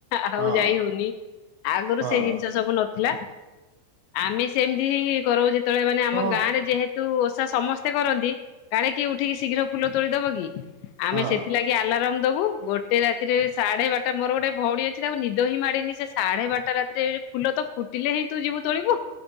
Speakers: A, on the left; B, on the right.
A: ଆଉ
B: ହଁ
A: ଯାଇ ହୋଉଁନି। ଆଗରୁ
B: ହଁ
A: ସେ ଜିନିଷ ସବୁ ନଥିଲା। ଆମେ ସେମିତି ହିଁ କରୁ ଳେ ମାନେ ଆମ
B: କଣ
A: ଗାଁରେ ଯେହେତୁ ସମସ୍ତେ କରନ୍ତି କାଳେ କିଏ ଉଠିକି ଶୀଘ୍ର ଫୁଲ ତୋଳିଦବ କି? ଆମେ
B: ହଁ
A: ସେଥିଲାଗି ଆଲାରମ ଦବୁ ଗୋଟେ ରାତିରେ ସାଢେ ବାରଟା ମୋର ଗୋଟେ ଭଉଣୀ ଅଛି ତାକୁ ନିଦ ହିଁ ମାଡନି ସେ ସାଢେ ବାରଟା ରାତିରେଉ ଫୁଲ ତ ଫୁଟିଲ ହେଇ ତୁ ଯିବୁ ତୋଳିବୁ।